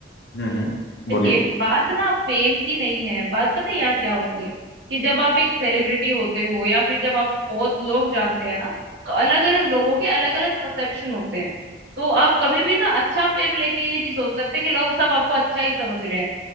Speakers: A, on the left; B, on the right.
A: हम्म हम्म
B: देखिए
A: बोलिए
B: बात ना फेम की नहीं है बात पता है यहाँ क्या होती है कि जब आप एक सेलिब्रिटी होते हो या फिर जब आप बहुत लोग जानते हैं ना तो अलग अलग लोगों के अलग अलग परसेप्शन होते हैं तो आप कभी भी ना अच्छा फेम लेके ये नहीं सोच सकते कि लोग सब आपको अच्छा ही समझ रहे हैं